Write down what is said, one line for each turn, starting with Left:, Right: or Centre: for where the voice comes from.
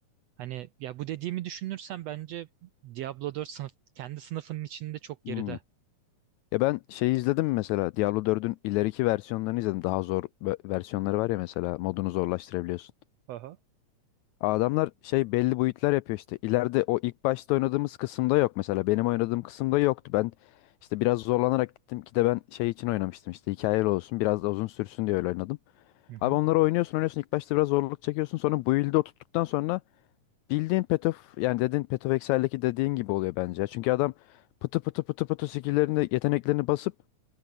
Right: hani ya bu dediğimi düşünürsen bence Diablo 4 sınıf, kendi sınıfının içinde çok
Left: Hmm.
Right: geride.
Left: Ya ben şeyi izledim mesela Diablo 4'ün ileriki versiyonlarını izledim. Daha zor ve- versiyonları var ya mesela modunu zorlaştırabiliyorsun.
Right: Aha.
Left: Adamlar şey belli boyutlar yapıyor işte. İleride o ilk başta oynadığımız kısımda yok mesela. Benim oynadığım kısımda yoktu. Ben işte biraz zorlanarak gittim ki de ben şey için oynamıştım işte hikayeli olsun biraz da uzun sürsün diye öyle oynadım.
Right: Hı hı.
Left: Abi onları oynuyorsun oynuyorsun ilk başta biraz zorluk çekiyorsun sonra build'e oturttuktan sonra bildiğin Path of yani dediğin Path of Excel'deki dediğin gibi oluyor bence. Çünkü adam pıtı pıtı pıtı pıtı skill'lerini yeteneklerini basıp